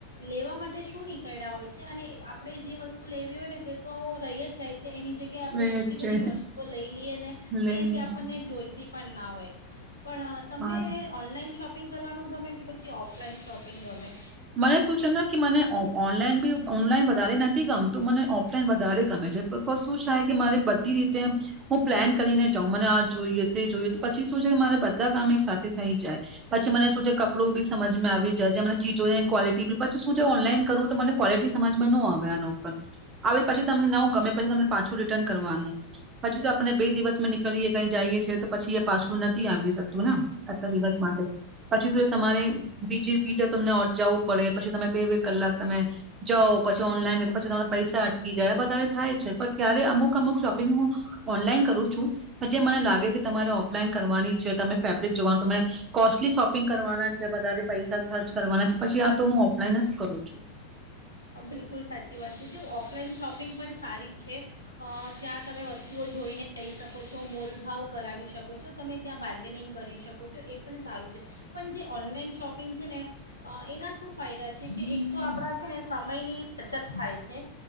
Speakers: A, on the left; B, on the right.
A: લેવા માટે શું નીકળ્યા હોય છે અને આપણે જે વસ્તુ લેવી હોય ને તે તો રહી જ જાય છે. એની જગ્યાએ આપણે
B: લે
A: એટલી
B: છે
A: બધી વસ્તુઓ લઈ લઈએ ને
B: લે
A: કે,
B: લે
A: જે આપણને
B: છે
A: પણ ના હોય. પણ તમને
B: હા તો
A: ઓનલાઈન શોપ શોપિંગ કરવાનું ગમે કે પછી ઓફલાઈન શોપિંગ ગમે?
B: મને શું છેને કે મને ઓનલાઈન બી ઓનલાઈન વધારે નથી ગમતું મને ઓફલાઈન વધારે ગમે છે બકોઝ શું થાય કે મારે બધી રીતે હું પ્લાન કરીને જાઉં મને આ જોયએ તે જોયું તો પછી શું છે મારે બધા ગામ એક સાથે થઈ જાય પછી મને શું છે કપડું બી સમજમાં આવી જાય જે મને ચીજોને ક્વલિટી બી પછી શું ઓનલાઈન કરું તો મને ક્વોલિટી સમજમાં ન આવે આનો ઉપર આવે પછી તમને ન ગમે પછી તમને પાછું રિટર્ન કરવાનું પછી જો આપને બે દિવસમાં નીકળીએ કઈ જઈએ છે તો પછી એ પાછું નથી આવી શકતું ને આ દિવસ માટે પછી તમારે બીજી બીજા તમને જાવું પડે પછ તમે બે બે કલાક તમે જાઓ પછી ઓનલાઈન પછી તમારા પૈસા અટકી જાય બારે થાય છે પણ ક્યારે અમુક અમુક શોપિંગ હું ઓનલાઈન કરું છું જે મને લાગે કે તમારે ઓફલાઈન કરવાની છે તમે ફેબ્રિક જોવાનું તમે કોસ્ટલી શોપિંગ કરવાના છે વધારે પૈસા ખર્ચ કરવાના છે પછી તો હું ઓફલાઈન જ કરું છું.
A: બિલકુલ સાચી વાત છે જો ઓફલાઈન શોપિંગ પણ સારી જ છે ત્યાં તમે વસ્તુઓ જોઈને લઈ શકો છો મોલભાવ કરાવી શકો છો તમે ત્યાં બાર્ગેનિંગ કરી શકો છો એ પણ સારું છે પણ જે ઓનલાઈન શોપિંગ છે ને એના શું ફાયદા છે કે એક તો આપણા છે ને સમયની બચત થાય છે